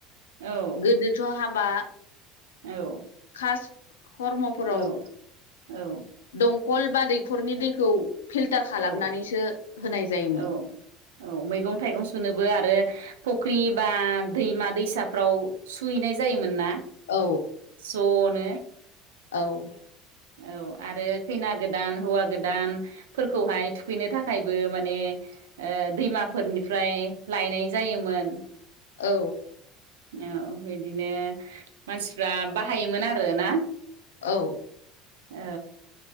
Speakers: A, on the right (about 75°); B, on the left (about 75°).
A: औ
B: गोदोथ' हाबा
A: औ।
B: फास खर्मफोराव
A: औ औ
B: दंखल बा दैखरनि दैखौ फिलटार खालामनानैसो
A: औ
B: होनाय जायोमोन
A: औ औ मैगं -थाइगं सुनोबो आरो फख्रि बा दैमा -दैसाफ्राव सुहैनाय जायोमोन ना?
B: औ
A: ज'नो।
B: औ।
A: औ आरो खैना गोदान, हौवा गोदानफोरखौहाय थुखैनो थाखायबो माने ओ दैमाफोरनिफ्राय लायनाय जायोमोन।
B: औ।
A: औ बिदिनो मानसिफ्रा बाहायोमोन आरो ना।
B: औ।
A: औ